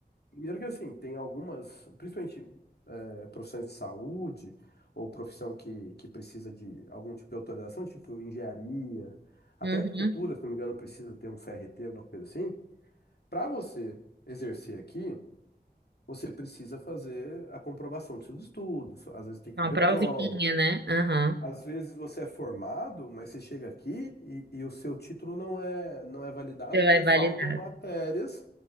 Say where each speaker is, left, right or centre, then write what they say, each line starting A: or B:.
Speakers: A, on the left (about 70°); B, on the right (about 75°).
A: Primeiro que assim, tem algumas, principalmente é, profissões de saúde ou profissão que, que precisa de algum tipo de autorização, tipo engenharia, até
B: Uhum.
A: arquitetura, se não me engano, precisa ter um CRT, alguma coisa assim. Para você exercer aqui, você precisa fazer a comprovação dos seus estudos, às vezes tem que
B: Uma
A: fazer
B: provinha,
A: prova.
B: né? Aham.
A: Às vezes você é formado, mas você chega aqui e, e o seu título não é, não é validado
B: Então
A: porque
B: é validado.
A: faltam matérias